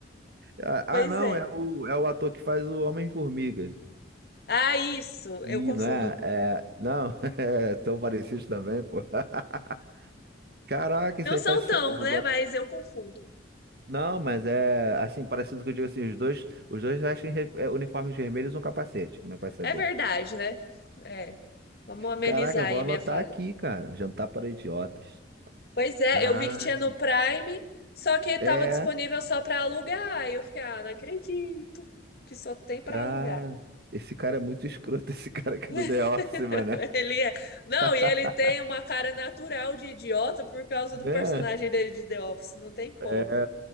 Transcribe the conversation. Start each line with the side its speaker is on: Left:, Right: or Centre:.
Right: Ah,
Left: pois
Right: ah, não,
Left: é.
Right: é o, é o ator que faz o Homem-Formiga.
Left: Ah, isso.
Right: Ih,
Left: Eu confundo.
Right: não é? É, não, <laughs> é tão parecido também, pô. <laughs> Caraca,
Left: Não
Right: isso aí
Left: são
Right: parece
Left: tão,
Right: ser. Vou
Left: né?
Right: botar
Left: Mas eu confundo.
Right: Não, mas é assim, parecido com o que eu digo assim, os dois, os dois vestem re- é, uniformes vermelhos e um capacete, como é que vai saber?
Left: É verdade, né? É. Vamos amenizar
Right: Caraca, eu
Left: aí
Right: vou anotar
Left: minha falha.
Right: aqui, cara. Jantar para idiotas.
Left: Pois é,
Right: Caraca.
Left: eu vi que tinha no Prime, só que tava
Right: É,
Left: disponível só para alugar. Aí eu fiquei, ah, não acredito que só tem para
Right: cara.
Left: alugar.
Right: Esse cara é muito escroto, <laughs> esse cara aqui do The
Left: <laughs>
Right: Office, mano.
Left: Ele é. Não, e
Right: <laughs>
Left: ele tem uma cara natural de idiota por causa
Right: Né?
Left: do personagem dele de The Office, não tem como.
Right: É,